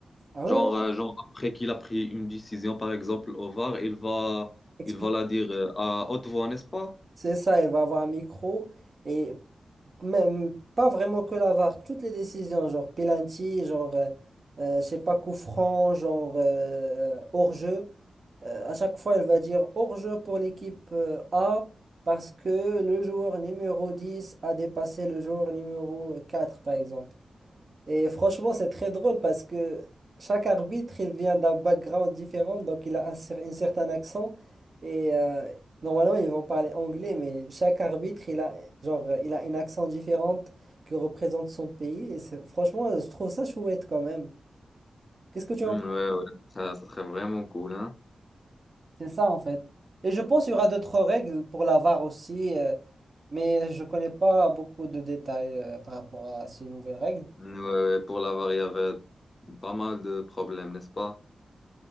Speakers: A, on the right; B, on the left.
A: Ah
B: genre,
A: ouais,
B: euh, genre, après qu'il a pris une décision, par exemple, au VAR, il va,
A: Expli-
B: il va la dire euh, à haute voix, n'est-ce pas?
A: C'est ça, elle va avoir un micro et même pas vraiment que la VAR, toutes les décisions, genre penalty, genre, euh, euh, je sais pas, coup franc, genre euh, hors-jeu. Euh, à chaque fois, elle va dire hors-jeu pour l'équipe euh, A parce que le joueur numéro 10 a dépassé le joueur numéro 4, par exemple. Et franchement, c'est très drôle parce que chaque arbitre, il vient d'un background différent, donc il a un, cer- un certain accent. Et euh, normalement, ils vont parler anglais, mais chaque arbitre, il a, genre, euh, il a un accent différent qui représente son pays. Et c'est- franchement, je trouve ça chouette quand même. Qu'est-ce que tu
B: Mhm,
A: en penses?
B: ouais, ouais, ça, ça serait vraiment cool, hein.
A: C'est ça, en fait. Et je pense qu'il y aura d'autres règles pour la VAR aussi, euh, mais je connais pas beaucoup de détails euh, par rapport à ces nouvelles règles.
B: Ouais, pour l'avare, il y avait pas mal de problèmes, n'est-ce pas?